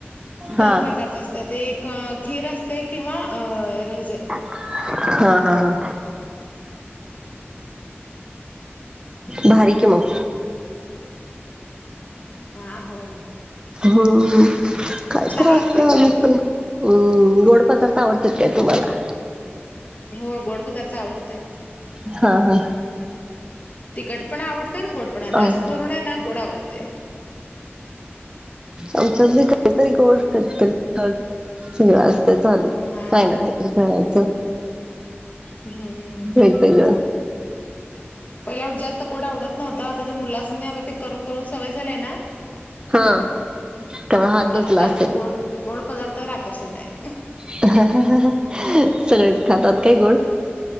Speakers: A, on the left; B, on the right.
A: दोन
B: हा
A: प्रकारचं असतं ते एक क खीर असते किंवा रहिज
B: हा हा हा. भारी कि, मग
A: हा होय.
B: हू हू काय
A: छान
B: तर
A: लागतय
B: असतय
A: खरं
B: आणि
A: ते
B: पण हुं गोड पदार्थ आवडतील काय तुम्हाला?
A: हो गोड पदार्थ आवडतय.
B: हा हा.
A: तिकट पण आवडतंय अन् गोड पण आणि जास्त
B: आम
A: करून ना गोड आवडतय.
B: आमच्यात बी कधीतरी गोड कधीतरी तिखट सगळ असतय, चालूच
A: हा
B: काही
A: हा
B: ना काहीतरी करायचं.
A: हम्म
B: वेगवेगळं
A: पहिला एवढं जास्त गोड आवडत नव्हंत आता त्या मुलांसनी आता ते करून करून सवय झालीय ना
B: हा. त्यामुळे
A: आत
B: हात बसला
A: आता जास्त
B: असेल
A: गोड गोड पदार्थावर आकर्षण हाय
B: <unintelligible> सगळेच खातात काय गोड?